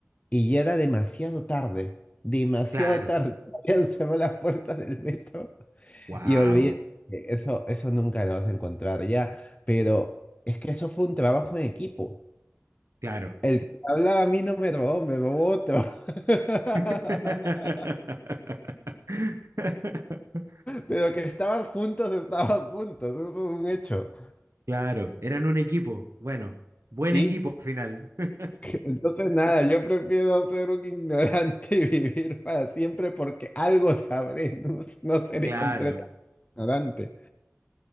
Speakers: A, on the left; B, on the right.
A: y ya era demasiado tarde. Demasiado
B: Claro,
A: tarde. <laughs> Habían cerrado las puertas del metro.
B: wow,
A: Y olvidé que eso, eso nunca lo vas a encontrar ya. Pero es que eso fue un trabajo en equipo.
B: claro.
A: El que hablaba a mí no me robó, me robó otro. <laughs>
B: <laughs>
A: Pero que estaban juntos, estaban juntos. Eso es un hecho.
B: Claro, eran un equipo. Bueno, buen
A: Sí,
B: equipo al final. <laughs>
A: Entonces, nada, yo prefiero ser un ignorante y vivir para siempre porque algo sabré, no, no seré
B: Claro.
A: completamente ignorante.